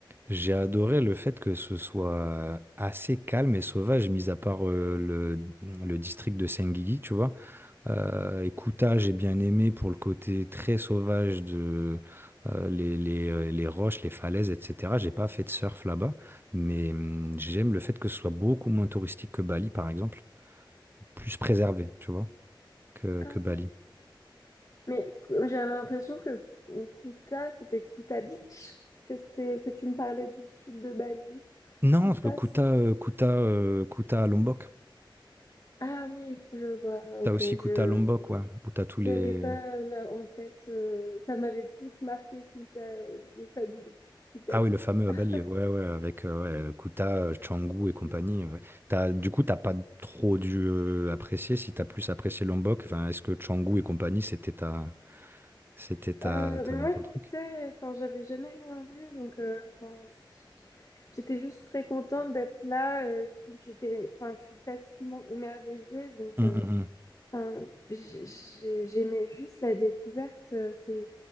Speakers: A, on the right; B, on the left.
A: j'ai adoré le fait que ce soit assez calme et sauvage, mis à part euh, le, le district de Senggigi, tu vois. Euh, et Kuta, j'ai bien aimé pour le côté très sauvage de euh, les, les, euh, les roches, les falaises, etc. J'ai pas fait de surf là-bas, mais hum, j'aime le fait que ce soit beaucoup moins touristique que Bali, par exemple, plus préservé, tu vois, que,
B: Ah
A: que Bali.
B: oui. Mais cou- j'avais l'impression que Kuta, c'était Kuta Beach, que c'était que tu me parlais du sud de Bali.
A: Non,
B: Kuta,
A: le Kuta,
B: c'est
A: euh, Kuta, euh, Kuta à Lombok.
B: Ah oui, je vois.
A: T'as
B: Ok,
A: aussi Kuta
B: je
A: à Lombok, ouais. Où t'as tous
B: j'avais
A: les.
B: pas là en tête. euh, ça m'avait plus marqué Kuta, le fabuleux Kuta
A: Ah
B: Beach.
A: oui, le fameux
B: <laughs>
A: à Bali, ouais, ouais, avec euh, ouais, Kuta, euh, Canggu et compagnie. ouais. T'as, du coup, t'as pas trop dû euh, apprécier, si t'as plus apprécié Lombok, enfin, est-ce que Canggu et compagnie, c'était ta, c'était ta,
B: Euh,
A: ta-
B: mais moi,
A: ton truc?
B: tu sais, enfin, j'avais jamais rien vu, donc euh, enfin, j'étais juste très contente d'être là. euh, j'étais, enfin, je suis facilement émerveillée, donc.
A: Hum,
B: euh,
A: hum, hum.
B: Enfin, j'ai- j'ai- j'aimais juste la découverte. euh, C'est